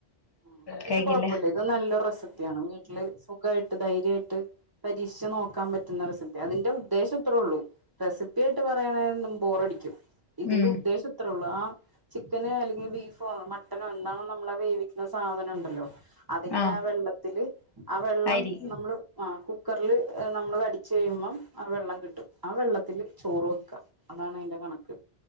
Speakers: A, on the right; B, on the left.
A: ഉം അപ്പൊ
B: കഴിക്കില്ല
A: ഇത് കൊഴപ്പല്ല ഇത് നല്ലൊരു റെസിപ്പിയാണ് വീട്ടില് സുഖായിട്ട് ധൈര്യായിട്ട് പരീക്ഷിച്ച് നോക്കാൻ പറ്റുന്ന റെസിപ്പിയാ അതിന്റെ ഉദ്ദേശം ഇത്രേ ഉള്ളൂ റെസിപ്പി ആയിട്ട് പറയാണെന്ന് ബോറടിക്കും. ഇതിന്റെ
B: ഉം
A: ഉദ്ദേശം ഇത്രേള്ളൂ ആ ചിക്കന് അല്ലെങ്കിൽ ബീഫോ മട്ടനോ എന്താണോ നമ്മളാ വേവി ന്ന സാധനം ണ്ടല്ലോ അതിന്റെ
B: ആഹ്
A: ആ വെള്ളത്തില് ആ വെള്ളം
B: അരി
A: നമ്മള് ആ കുക്കറില് നമ്മള് അടിച്ചു കഴിയുമ്പം ആ വെള്ളം കിട്ടും ആ വെള്ളത്തില് ചോറ് വെക്കാ അതാണ് അതിന്റെ കണക്ക്